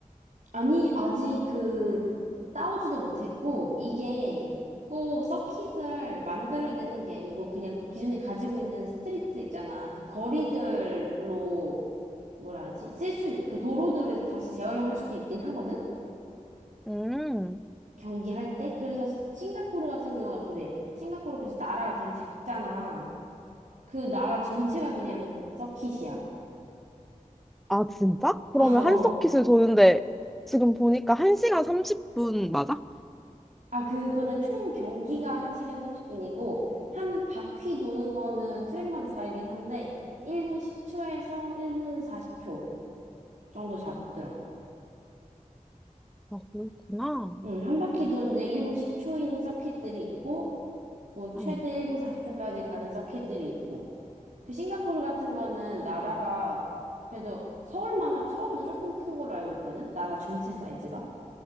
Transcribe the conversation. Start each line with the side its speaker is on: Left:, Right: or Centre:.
Right: 아니, 아직 그, 싸우지도 못했고, 이게 꼭 서킷을 만들어야 되는 게 아니고, 그냥 기존에 가지고 있는 스트리트 있잖아. 그 거리들로, 뭐라 하지? 쓸 수, 있는 그 도로들을 다시 재활용할 수도 있긴 하거든?
Centre: 음.
Right: 경기할 때? 그래서 싱가포르 같은 경우가 그래. 싱가포르 그래서 나라가 되게 작잖아. 그 나라 전체가 그냥 서킷이야.
Centre: 아, 진짜? 그러면
Right: <laughs> 어.
Centre: 한 서킷을 도는데 지금 보니까 1시간 30분 맞아?
Right: 아, 그, 그거는 총 경기가 1시간 30분이고, 한 바퀴 도는 거는 트랙마다 다르긴 한데, 1분 10초에서 1분 40초 정도 잡더라.
Centre: 아, 그렇구나.
Right: 응, 한 바퀴 도는데 1분 10초인 서킷들이 있고, 뭐, 최대
Centre: 응.
Right: 1분 40초까지 가는 서킷들이 있고. 그 싱가포르 같은 거는 나라가 그래도 서울만 하고, 서울보다 조금 큰 걸로 알고 있거든? 나라 전체 사이즈가?